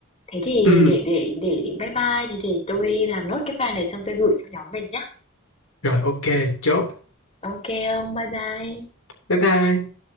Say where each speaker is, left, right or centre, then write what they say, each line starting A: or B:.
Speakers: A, on the left (about 30°); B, on the left (about 70°).
A: Thế thì
B: ừ
A: để để để bye bye, thì để tôi làm nốt cái file này xong tôi gửi cho nhóm mình nhá.
B: rồi ok chốt
A: ok, ông, bye bye.
B: bye bye